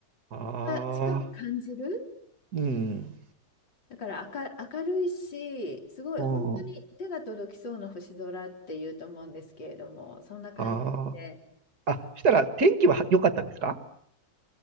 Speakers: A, on the right (about 60°); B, on the left (about 85°).
A: ああ、
B: が近く感じる
A: うん、
B: だから明、明るいしすごい本当に手が届きそうな星空っていうと思うんですけれどもそんな感じで
A: うん、ああ。あ、そしたら天気は良かったんですか